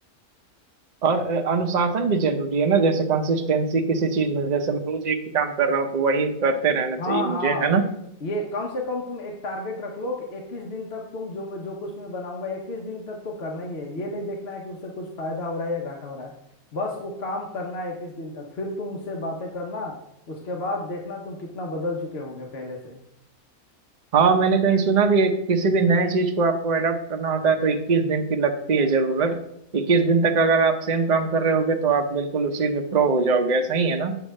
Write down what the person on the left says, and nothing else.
हाँ हाँ
ये कम से कम तुम एक टारगेट रख लो कि इक्कीस दिन तक तुम जो मैं- जो कुछ मैं बनाऊंगा इक्कीस दिन तक तो करना ही है ये नहीं देखना है कि उसे कुछ फायदा हो रहा है या घाटा हो रहा है बस वो काम करना है इक्कीस दिन तक फिर तुम उससे बातें करना उसके बाद देखना तुम कितना बदल चुके होगे पहले से